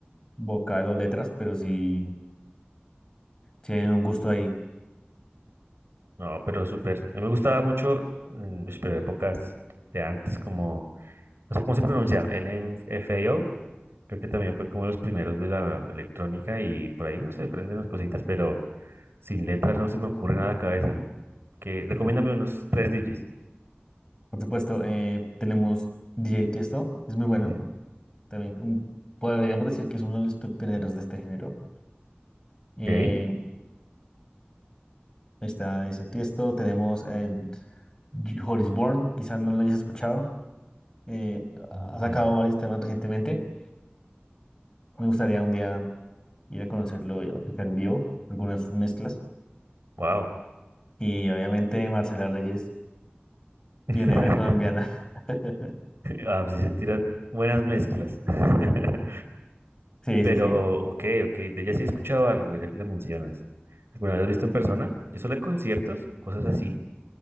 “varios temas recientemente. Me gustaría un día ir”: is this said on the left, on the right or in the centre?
Left